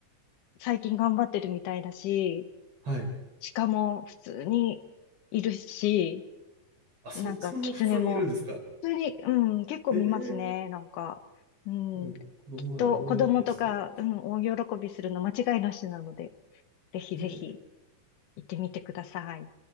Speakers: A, on the left; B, on the right.
A: 最近頑張ってるみたいだし、
B: はい。
A: 鹿も普通にいるし、
B: あ、そ、
A: なんか狐も
B: そんな普通にいるんですか
A: 普通に、うん、結構見ますね。
B: ええー、
A: なんか、うん、
B: うん子供なら大喜びしそう。
A: きっと子供とか、うん、大喜びするの間違いなしなので、ぜひぜひ
B: ええ
A: 行ってみてください。